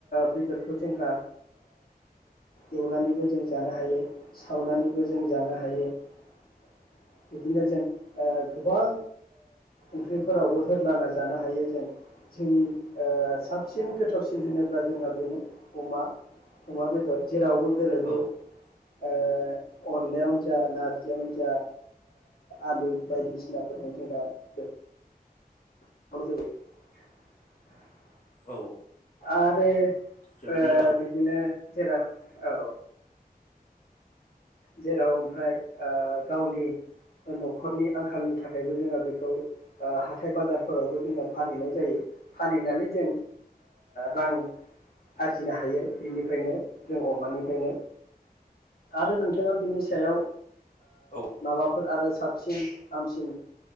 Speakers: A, on the left; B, on the left.
A: बेदर बेखौ जोंहा एवनानैबो जों जानो हायो सावनानैबो जों जानो हायो हायो बिदिनो जों गोबां ओंख्रिफोरावबो होलाना जानो हायो जों जोंनि साबसिन गोथावसिन होनोब्ला जोंहा बेनो अमा अमा बेदर जेरावबो गोरोबो
B: औ औ
A: अनलायावनो जा नारजि अनो जा आलु बायदिसिनाफोरजों जोंहा बे <unintelligible>
B: औ औ
A: आरो
B: जोबोद
A: ओ
B: मोजां
A: बिदिनो जेराव औ जेराव ओमफ्राय गावनि न'खरनि आंखालनि थाखायबो जोङो बेखौ हाथाय बाजारफोरावबो जोङो फानहैनाय जायो फानहैनानै जों रां आरजिनो हायो बिनिफ्रायनो जों अमानिफ्रायनो आरो नोंथ बिथाङा बिनि सायाव
B: औ
A: माबाफोर आरो साबसिन हामसिन